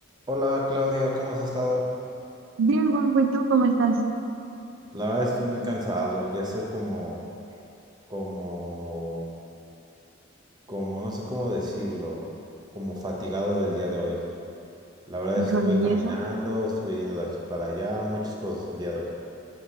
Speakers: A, on the right (about 20°); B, on the right (about 80°).
A: Hola Claudia, ¿cómo has estado?
B: Bien, Juanjo, ¿y tú cómo estás?
A: La verdad estoy muy cansado, ya estoy como, como, como, no sé cómo decirlo, como fatigado del día de hoy. La verdad
B: Híjole,
A: estuve
B: ¿y
A: caminando,
B: eso?
A: estuve yendo de aquí para allá, muchas cosas el día de hoy.